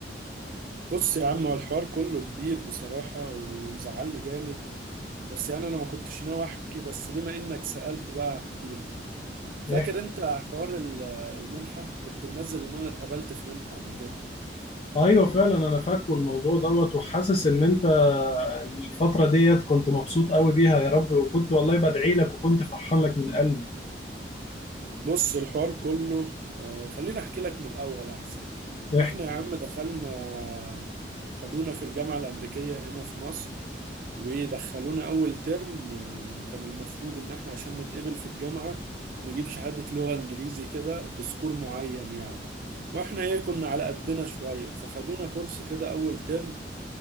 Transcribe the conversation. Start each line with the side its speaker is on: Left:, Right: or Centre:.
Right: بص يا عم هو الحوار كله كبير بصراحة ومزعلني جامد بس يعني أنا ما كنتش ناوي أحكي بس بما إنك سألت بقى هحكي لك فاكر
Left: احكي
Right: أنت حوار ال- المنحة كنت منزل إن أنا اتقبلت في منحة قبل كده
Left: ايوه فعلا انا فاكره الموضوع دوت وحاسس ان انت الفترة ديت كنت مبسوط قوي بيها يا رب وكنت والله بدعي لك وكنت فرحان لك من قلبي
Right: بص الحوار كله آه، خليني أحكي لك من الأول أحسن
Left: احكي
Right: إحنا يا عم دخلنا خدونا في الجامعة الأمريكية هنا في مصر ودخلونا أول ترم آه، كان المفروض إن إحنا عشان نتقبل في الجامعة نجيب شهادة لغة إنجليزي كده بسكور معين يعني وإحنا إيه كنا على قدنا شوية فخدونا كورس كده أول ترم